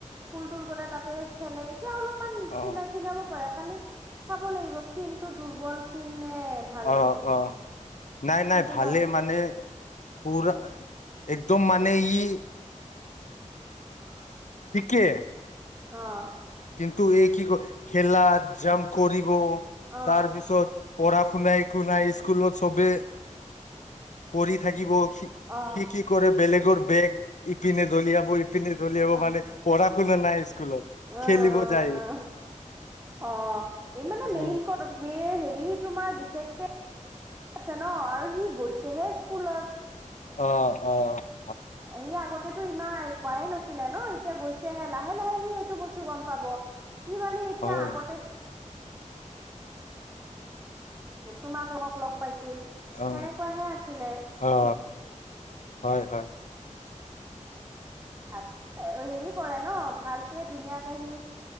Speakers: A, on the right; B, on the left.
A: কুল তুল গ'লে তাতে খেলে। এতিয়া অলপমান কিনাই
B: অ
A: কিনাব পাৰে। খালি চাব লাগিব ক্ষীণতটো দুৰ্বল ক্ষীণ। নে ভালে
B: অ
A: ক্ষীণ
B: অ নাই নাই
A: সেইটো
B: ভালে
A: চাব
B: মানে পৰা। একদম মানে ই।
A: <unintelligible>
B: শিকে।
A: অহঁ।
B: কিন্তু এই কি ক হলা জাম্প কৰিব।
A: অ
B: তাৰ পিছত। পঢ়া শুনাাই একো নাই স্কুলত চবে পঢ়ি। থাকিব
A: অ
B: কি কি কৰে বেলেগৰ বেগ। ইপিনে দলিয়াবোৰ। পি ধল
A: অ
B: আহব মানে পঢ়া শুনা নাই স্কুলত।
A: অ, অ,
B: খেলিব যায়
A: অ, অ, এই মানে মেইন
B: উম
A: কত ম হেৰি। তোমাৰ বিশেষকে আছে ন আৰু সি গৈছেহে স্কুলত।
B: অহ, অহ।
A: এ আগততে। ততেতটো ইমান হোৱাই নাছিলে ন এতিয়া গৈছেহে লাহে লাহে সি সেইটো বস্তু গম পাব। কি মানে এতিয়া
B: হয়
A: আগতে। তোমাক লক লগ পাইছিল।
B: অ
A: সেনেকুৱাহে আছিলে
B: অ
A: ই।
B: হয় হয়।
A: <unintelligible> হেৰি কৰে ন ভালকে ধুনীয়াকে সি